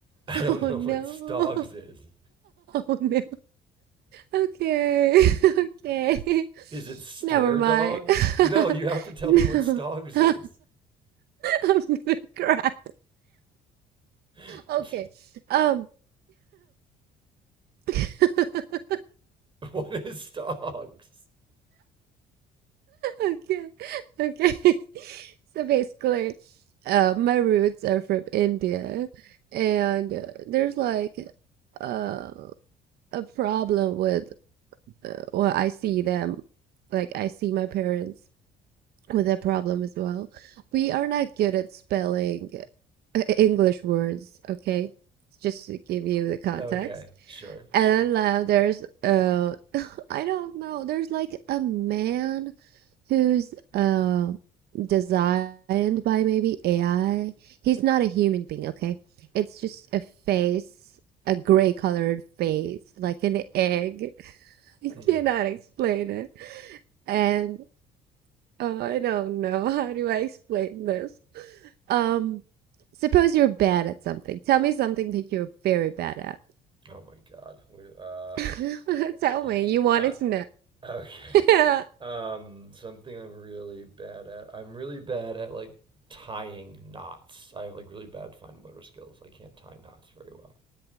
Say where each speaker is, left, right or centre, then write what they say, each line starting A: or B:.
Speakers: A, on the right; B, on the right.
A: I don't
B: Oh
A: know
B: no.
A: what stogs is.
B: Oh no. Okay. <laughs> Okay.
A: Is it stare
B: Never mind.
A: dogs?
B: <laughs>
A: No, you have to tell
B: No.
A: me what stogs
B: <laughs> I'm
A: is.
B: gonna cry.
A: <laughs>
B: Okay. Um <laughs>
A: what is stogs?
B: Okay. <laughs> Okay. <laughs> So basically, uh, my roots are from India, and uh, there's like uh, a problem with, uh, well, I see them, like I see my parents with that problem as well. We are not good at spelling uh, English words, okay? Just to give you the context.
A: Okay, sure,
B: And
A: sure.
B: then uh, there's, uh, <laughs> I don't know, there's like a man who's uh, designed by maybe AI. He's not a human being, okay? It's just a face, a gray colored face, like an egg. <laughs> I
A: Mm.
B: cannot explain it. And uh, I don't know. <laughs> How do I explain this? Um, suppose you're bad at something. Tell me something that you're very bad at.
A: Oh my God. We, uh,
B: <laughs> Tell me.
A: <laughs>
B: You wanted
A: uh,
B: to
A: okay.
B: know. <laughs>
A: Um, something I'm really bad at. I'm really bad at like tying knots. I have like really bad fine motor skills. I can't tie knots very well.